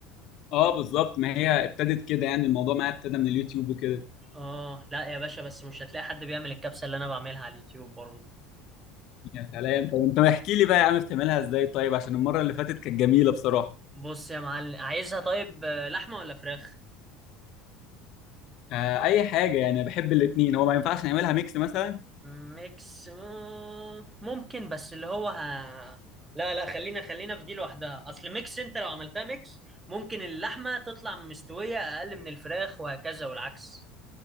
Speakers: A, on the left (about 60°); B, on the right (about 20°).
A: اه بالظبط ما هي ابتدت كده يعني الموضوع معايا ابتدى من اليوتيوب وكده
B: اه لا يا باشا بس مش هتلاقي حد بيعمل الكبسة اللي انا بعملها على اليوتيوب برضو
A: يا سلام طب انت احكي لي بقى يا عم بتعملها ازاي طيب عشان المره اللي فاتت كانت جميله بصراحه
B: بص يا معلم عايزها طيب آه، لحمة ولا فراخ
A: آه اي حاجه يعني أنا بحب الاثنين هو ما ينفعش نعملها ميكس مثلا
B: ميكس آه، ممكن بس اللي هو ه... لا لا خلينا خلينا في دي لوحدها اصل ميكس انت لو عملتها ميكس ممكن اللحمة تطلع مستوية اقل من الفراخ وهكذا والعكس